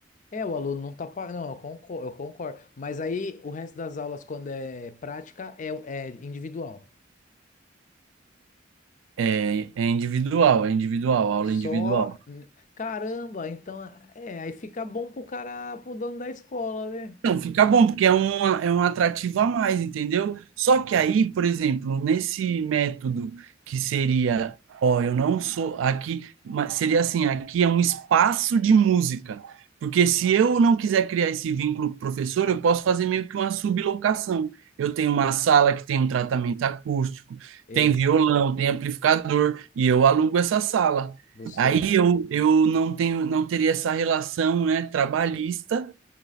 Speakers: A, on the left; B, on the right.
A: É, o aluno não tá... pa- Não, eu concordo, eu concordo. Mas aí o resto das aulas, quando é prática, é, é individual.
B: É, é individual, é individual, aula
A: Só...
B: individual.
A: Caramba, então... É, aí fica bom pro cara, pro dono da escola, né?
B: Não, fica bom, porque é um, é um atrativo a mais, entendeu? Só que aí, por exemplo, nesse método que seria, ó, eu não sou aqui, mas seria assim, aqui é um espaço de música. Porque se eu não quiser criar esse vínculo com o professor, eu posso fazer meio que uma sublocação. Eu tenho uma sala que tem um tratamento acústico,
A: Ex-
B: tem violão, tem amplificador, e eu alugo essa sala.
A: Você,
B: Aí
A: ó,
B: eu, eu não tenho, não teria essa relação, né, trabalhista